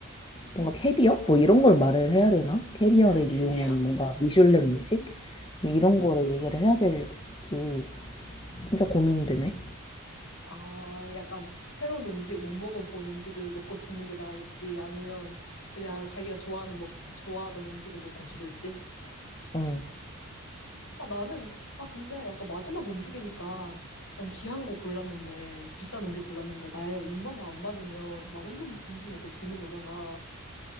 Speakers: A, on the left; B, on the left.
A: 뭔가 캐비어? 뭐 이런 걸 말을 해야 되나? 캐비어를
B: <laughs> 캐비어.
A: 이용한 뭔가 미슐랭 음식? 뭐 이런 거를 얘기를 해야 될지 진짜 고민되네.
B: 아, 약간 새로운 음식, 못 먹어본 음식을 먹고 죽는 게 나을지, 아니면 그냥 자기가 좋아하는, 먹, 좋아하던 음식을 먹고 죽을지?
A: 어.
B: 아, 나는, 아, 근데 약간 마지막 음식이니까 약간 귀한 거 골랐는데, 비싼 음식 골랐는데, 나의 입맛에 안 맞으면 맛없는 음식 먹고 죽는 거잖아.